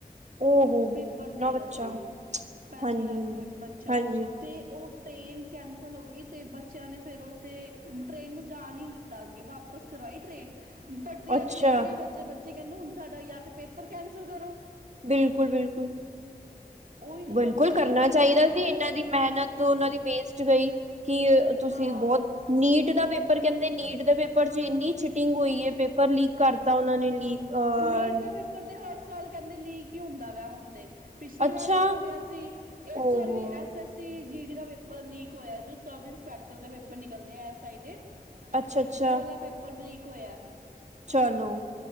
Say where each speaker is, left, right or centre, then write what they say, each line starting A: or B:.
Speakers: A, on the right; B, on the right.
A: ਓ ਹੋ ਹੋ
B: ਪੇਪਰ
A: ਇੰਨਾ
B: ਦੇਣ
A: ਬੱਚਾ
B: ਵਾਸਤੇ, ਪੈਂਤੀ
A: ਹਾਂਜੀ-ਹਾਂਜੀ।
B: ਲੱਖ ਬੱਚਾ
A: ਹਾਂਜੀ,
B: ਤੇ ਉਹ ਟਰੇਨ ਕੈਂਸਲ ਹੋ ਗਈ ਤੇ ਬੱਚਿਆਂ ਨੇ ਫਿਰ ਉਥੇ ਟਰੇਨ ਨੂੰ ਜਾਣ ਹੀ ਨਹੀਂ ਦਿੱਤਾ ਅੱਗੇ, ਵਾਪਸ ਕਰਵਾਈ ਟਰੇਨ। ਪਟਰੀਆਂ
A: ਅੱਛਾ
B: ਤੇ ਲੇਟ ਗਏ ਬੱਚੇ ਬੱਚੇ ਕਹਿੰਦੇ ਹੁਣ ਸਾਡਾ ਜਾਂ ਤੇ ਪੇਪਰ ਕੈਂਸਲ ਕਰੋ
A: ਬਿਲਕੁਲ ਬਿਲਕੁਲ।
B: ਉਹੀ ਤੇ
A: ਬਿਲਕੁਲ
B: ਬੱਚਿਆਂ
A: ਕਰਨਾ
B: ਦੀ ਇੰਨੀ
A: ਚਾਹੀਦਾ
B: ਮਿਹਨਤ
A: ਸੀ। ਇਹਨਾਂ ਦੀ ਮੇਹਨਤ ਤੇ ਉਹਨਾਂ ਦੀ ਵੇਸਟ ਗਈ। ਕੀ ਤੁਸੀਂ
B: ਹਾਂ
A: ਬਹੁਤ ਨੀਟ ਦਾ ਪੇਪਰ ਕਹਿੰਦੇ, ਨੀਟ ਨੀਟ ਦੇ ਪੇਪਰ ਚ, ਇੰਨੀ ਚੀਟਿੰਗ ਹੋਈ ਏ ਪੇਪਰ ਲੀਕ ਕਰਤਾ ਓਨਾਂ ਨੇ ਲੀਕ ਅ
B: ਨੀਟ ਦਾ ਪੇਪਰ ਤੇ ਹਰ ਸਾਲ ਕਹਿੰਦੇ, ਲੀਕ ਹੀ ਹੁੰਦਾ ਵਾ ਹੁਣ ਤੇ। ਪਿਛਲੀ
A: ਅੱਛਾ,
B: ਵਾਰ ਵੀ ਹੋ ਗਿਆ ਸੀ।
A: ਓ
B: ਇਸ ਵਾਰ
A: ਹੋ
B: ਵੀ S S C G D ਦਾ ਪੇਪਰ ਲੀਕ ਹੋਇਆ, ਜੋ ਸਬ ਇੰਸਪੈਕਟਰ ਦੇ ਪੇਪਰ ਨਿਕਲਣੇ ਐਸ ਆਈ ਦੇ।
A: ਅੱਛਾ-ਅੱਛਾ।
B: ਉਹ ਵਾਲਾ ਪੇਪਰ ਲੀਕ ਕੁਇਆ
A: ਚਲੋ